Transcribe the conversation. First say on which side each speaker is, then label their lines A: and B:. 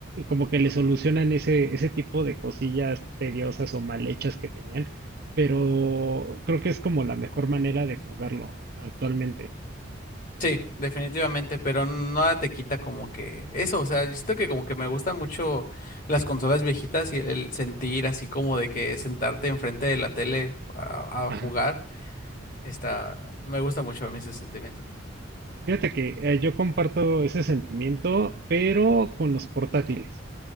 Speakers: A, on the right; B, on the left.
A: como que le solucionan ese, ese tipo de cosillas tediosas o mal hechas que tenían. Pero creo que es como la mejor manera de jugarlo actualmente.
B: Sí, definitivamente, pero nada te quita como que eso, o sea, yo siento que como que me gustan mucho las consolas viejitas y el, el sentir así como de que sentarte enfrente de la tele a, a
A: Ajá.
B: jugar, está, me gusta mucho a mí ese sentimiento.
A: Fíjate que eh, yo comparto ese sentimiento, pero con los portátiles.